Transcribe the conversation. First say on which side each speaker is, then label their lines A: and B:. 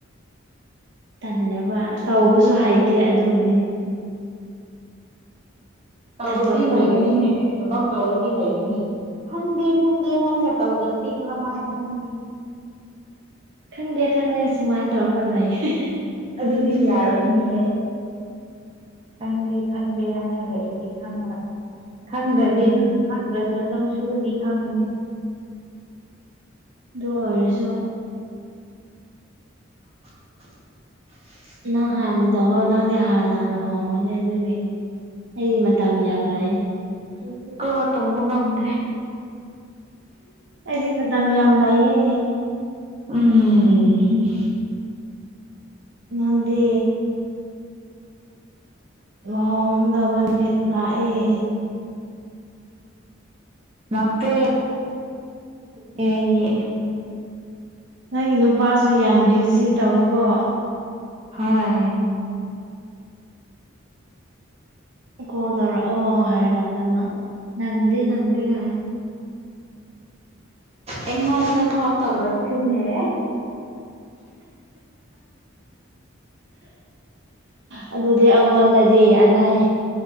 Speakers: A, on the right; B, on the right.
A: ꯇꯜꯂꯦꯕ ꯇꯧꯕꯁꯨ ꯍꯩꯇꯦ ꯑꯗꯨꯒꯤꯅꯤ
B: ꯇꯧꯔꯗꯤ
A: ꯊꯕꯛꯇꯣ
B: ꯍꯥꯏꯒꯅꯤꯅꯦ ꯊꯕꯛ ꯇꯧꯔꯗꯤ ꯍꯩꯒꯅꯤ ꯈꯪꯗꯦ ꯈꯪꯗꯦ ꯍꯥꯏꯔꯒ ꯇꯧꯗ꯭ꯔꯗꯤ ꯀꯔꯝꯃꯥꯏꯅ ꯈꯪꯒꯅꯤ
A: ꯈꯪꯗꯦ ꯈꯪꯗꯦ ꯁꯨꯃꯥꯏꯅ ꯇꯧꯔꯒ ꯂꯩꯌꯦ
B: ꯑꯗꯨꯗꯤ ꯌꯥꯔꯣꯏꯅꯦ ꯈꯪꯗꯦ ꯈꯪꯗꯦ ꯍꯥꯏꯔ ꯂꯩꯔꯗꯤ ꯈꯪꯉꯣꯏ ꯈꯪꯗ꯭ꯔꯗꯤ
A: ꯎꯝ
B: ꯗꯨꯝ ꯈꯪꯗ꯭ꯔꯁꯨ ꯑꯗꯨꯝ ꯁꯨꯔꯗꯤ ꯈꯪꯕꯅꯦ
A: ꯑꯗꯨ ꯑꯣꯏꯔꯁꯨ
B: <unintelligible>
A: ꯅꯪ ꯍꯥꯟꯅ ꯇꯧꯔꯣ ꯅꯪꯗꯤ ꯍꯥꯟꯅ ꯂꯨꯍꯣꯡꯒꯅꯤ ꯑꯗꯨꯒꯤ ꯑꯩ ꯃꯇꯝ ꯌꯥꯝ ꯂꯩ
B: ꯑꯩꯁꯨꯀꯣ ꯇꯧꯕ ꯉꯝꯗꯦ
A: ꯑꯩꯗꯤ ꯃꯇꯥꯝ ꯌꯥꯝ ꯂꯩꯌꯦ
B: ꯎꯝ
A: ꯉꯝꯗꯦ ꯂꯨꯍꯣꯡꯗꯕ ꯃꯤꯠ ꯂꯥꯛꯑꯦ
B: ꯑꯦ ꯂꯥꯛꯇꯦ <inaudible> ꯗꯤ
A: ꯅꯪꯒꯤ ꯅꯨꯄꯥꯁꯨ ꯌꯥꯝ ꯕꯤꯖꯤ ꯇꯧꯏꯀꯣ
B: ꯍꯣꯏ
A: ꯀꯣ ꯇꯧꯔꯥ ꯑꯣ ꯍꯥꯏꯔꯛꯀꯟꯗ ꯃ ꯅꯪꯗꯦ ꯅꯪꯗꯦ ꯍꯥꯏꯔ
B: ꯑꯦꯉꯣꯟꯗ ꯐꯥꯎ ꯇꯧꯛꯇꯦꯅꯦ
A: <inaudible> ꯑꯗꯨꯗꯤ ꯑꯩꯉꯣꯟꯗꯗꯤ ꯑꯂꯥꯏ